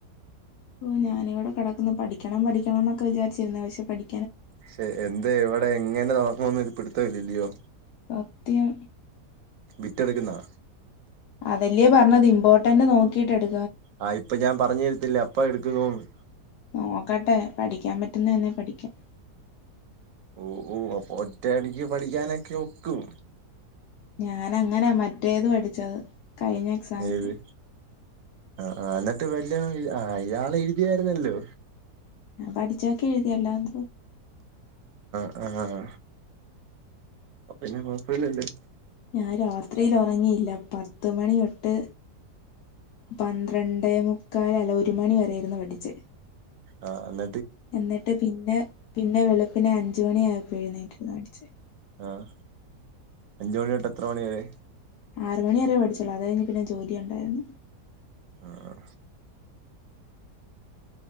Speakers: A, on the left (about 75°); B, on the right (about 60°).
A: ഓ ഞാനിവിടെ കെടക്കന്ന് പഠിക്കണം പഠിക്കണം എന്നൊക്കെ വിചാരിച്ച് പക്ഷെ പഠി
B: ക്ഷേ എന്തേ എവ ടെ എങ്ങനെ <unintelligible> ഒരു പിടുത്തോയിലിയോ
A: അത്യം
B: വിറ്റെടുക്കുന്നതാ
A: അതല്യോ പറന്നത് ഇമ്പോർട്ടന്റ് നോക്കീട്ടെട്
B: ആഹ് ഇപ്പ ഞാം പറഞ്ഞുരത്തില്ല അപ്പ എടുക്കുന്നോന്ന്
A: നോക്കട്ടെ പഠിക്കാം പറ്റുന്നന്നെ പഠിക്കാം
B: ഓ ഓ അപ്പൊ ഒറ്റ അടിക്ക് പഠിക്കാനക്കെ ഒക്കും
A: ഞാനങ്ങനാ മറ്റേത് പഠിച്ചത് കയിഞ്ഞ എക്സാമിന്റെ
B: ഏത് ആ ആ എന്നട്ട് വല്യ ആ അയാളെഴുതിയാരുന്നല്ലോ
A: ഉം പഠി ചേക്കേ എഴുതിയല്ല -
B: ആഹാഹാ പിന്നെ കൊഴപ്പില്ലല്ലോ
A: ഞാ രാത്രിൽ ഒറങ്ങിയില്ല പത്ത് മണിതൊട്ട് പന്ത്രണ്ടേ മുക്കാലല്ല ഒരു മണി വരെയിരുന്നു പഠിച്ച്
B: ആ ന്ന
A: എന്നിട്ട് പിന്നെ പിന്നെ വെളുപ്പിനെ അന് ഞ്ചോണിയായപ്പ എഴുന്നേറ്റിയിട്ടിരുന്നഠിച്ച
B: ആഹ് അഞ്ചുമണി തൊട്ട് എത്ര മണിവരെ
A: ആറ് മണി വരേ പഠിച്ചൊള്ളു അതഴിഞ്ഞ് പിന്നെ ജോലി ഒണ്ടായിരുന്നു
B: ആഹ്